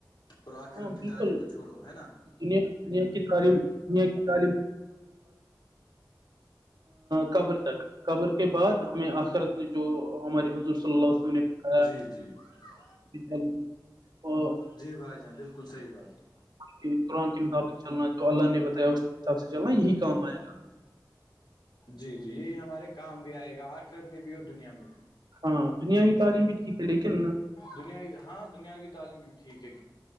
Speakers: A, on the left; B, on the right.
A: اور آخرت
B: ہاں
A: کی
B: بالکل
A: تعلیم کو چھوڑو ہے نا
B: دنیا دنیا کی تعلیم دنیا کی تعلیم قبر تک قبر کے بعد ہمیں آخرت نے جو ہمارے حضر صلی اللہ علیہ وسلم نے کہاں ہے
A: جی جی <unintelligible> <inaudible>
B: اج کل وہ
A: جی بھائی جاں بالکل صحیح بات ہے
B: کہ قرآن کے مطابق چلنا جو اللہ نے بتایا اس کے حساب سے چلنا یہی کام آئے گا
A: جی جی یہی ہمارے کام بھی آئے گا آخرت میں بھی اور دنیا میں بھی
B: ہاں دنیاوی تعلیم بھی ٹھیک ہے لیکن
A: دنیا ہاں دنیاوی تعلیم بھی ٹھیک ہے